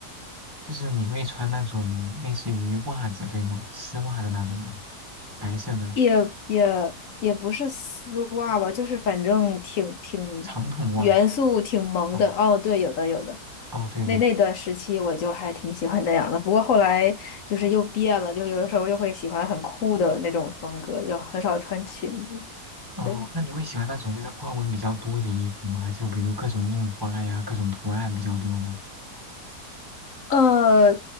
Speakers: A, on the right; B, on the left.
A: 就是你会穿那种类似于袜子，对吗？丝袜的那种吗？白色的
B: 也也也不是丝袜吧，就是反正挺挺元素挺萌的。
A: 长筒袜。哦
B: 哦，对，有的有的。
A: 哦，对对对。
B: 那那段时期我就还挺喜欢那样的，不过后来就是又变了，就有的时候又会喜欢很酷的那种风格，就很少穿裙子。
A: 哦，
B: 对，
A: 那你会喜欢那种就是花纹比较多的衣服吗？就比如各种印花呀，各种图案比较多的。
B: 呃，